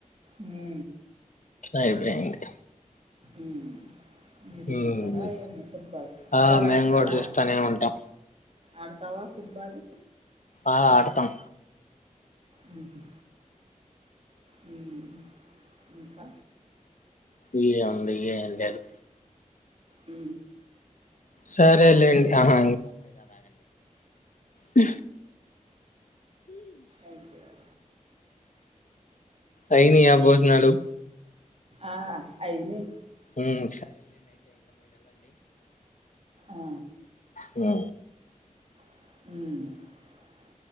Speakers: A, on the right; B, on the left.
A: హ
B: అయిపోయింది
A: అ మీరు
B: హ్మ్.
A: చెప్పరా ఏన్ని <unintelligible> ఫుట్బాల్ ఫుట్బాల్
B: ఆ, మేము
A: ఆడతారా
B: కూడా చూస్తూనే ఉంటాం
A: ఆడతావా ఫుట్బాల్
B: ఆ ఆడతాం
A: ఆ హ్ హ్ ఇంకా
B: ఏముంది ఏం లేదు
A: ఉ
B: సరేలేండి ఆహా, ఊ
A: అగే <unintelligible>
B: అయినా భోజనాలు
A: ఆ అయినయి
B: హ్మ్,
A: ఆ!
B: ఏ
A: అ